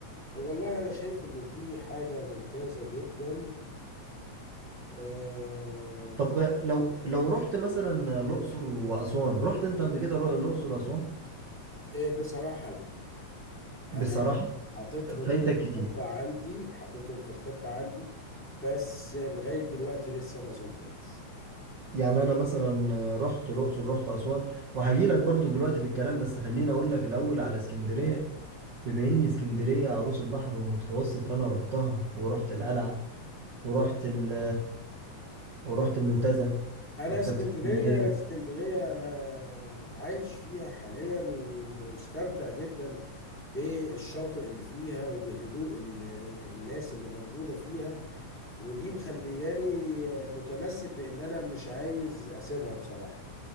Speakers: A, in the centre; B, on the right (about 40°).
A: والله انا شايف انه دي حاجه ممتازه جدا آه،
B: طب لو لو رحت مثلا الأقصر وأسوان رحت أنت قبل كده الأقصر وأسوان؟
A: آه، بصراحه لا انا
B: بصراحة
A: حاططهم
B: فايتك
A: في الخطه
B: كتير
A: عندي حاططهم في الخطه عندي بس لغايه دلوقتي لسه ما زرتهمش
B: يعني انا مثلا رحت الاقصر رحت اسوان وهجي لك برضو دلوقتي في الكلام بس خليني اقول لك الاول على اسكندريه بما ان اسكندريه عروس البحر المتوسط فانا رحتها ورحت القلعه ورحت ال ورحت المنتزه
A: انا
B: مكتبه
A: اسكندريه
B: اسكندريه
A: اسكندريه انا عايش فيها حاليا ومستمتع جدا بالشاطئ اللي فيها وبهدوء ال- الناس اللي موجوده فيها ودي مخلياني متمسك بان انا مش عايز اسيبها بصراحه